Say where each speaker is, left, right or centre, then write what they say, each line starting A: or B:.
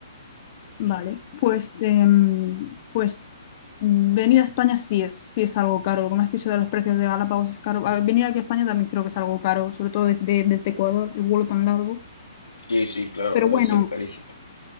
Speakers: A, on the left (about 40°); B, on the left (about 85°).
A: Vale,
B: sí,
A: pues, em, pues mm, venir a España sí es, sí es algo caro. Lo que me has dicho de los precios de Galápagos es caro. A- Venir aquí a España también creo que es algo caro, sobre todo desde, desde Ecuador, el vuelo tan largo.
B: sí, sí, claro,
A: Pero
B: debe
A: bueno,
B: ser carísimo.